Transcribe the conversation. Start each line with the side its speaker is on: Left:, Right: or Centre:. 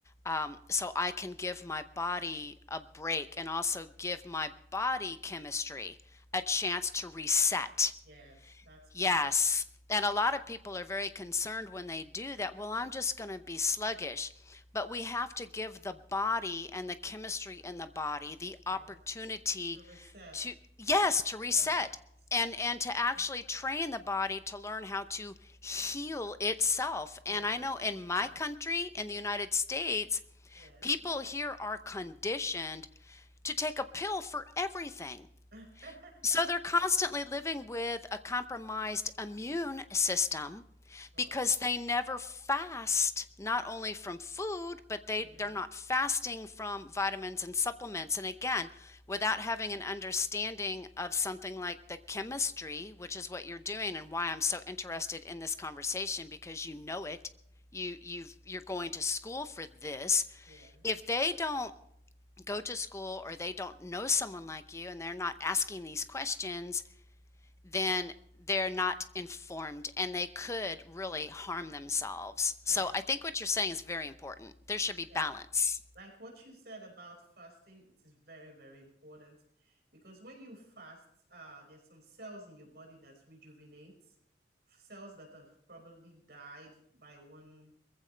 Left: um, so I can give my body a break and also give my body chemistry a chance to reset
Right: Yes. That's
Left: Yes.
Right: good.
Left: And a lot of people are very concerned when they do that. Well, I'm just going to be sluggish. But we have to give the body and the chemistry in the body the opportunity
Right: Yes. To reset.
Left: to, yes, to reset
Right: Yes.
Left: and
Right: Yes.
Left: and to actually
Right: Good.
Left: train the body to learn how to heal itself.
Right: Yes.
Left: And I know in
Right: You're
Left: my
Right: correct.
Left: country, in the United States,
Right: Yes.
Left: people here are conditioned to take a pill for everything.
Right: <laughs>
Left: So they're constantly living with a compromised immune system
Right: Oh.
Left: because they never fast not only from food but they
Right: Yes.
Left: they're not fasting from vitamins and supplements and again without having an understanding of something like the chemistry which is what you're doing and why I'm so interested in this conversation because you know it you you've you're going to school for this
Right: Yes.
Left: if they don't go to school or they don't know someone like you and they're not asking these questions, then they're not informed and they could really harm themselves.
Right: Yes.
Left: So I think what you're saying is very important. There should be balance.
Right: Yes. Like what you said about fasting, it is very, very important because when you fast, uh, there's some cells in your body that rejuvenates, cells that have probably died by one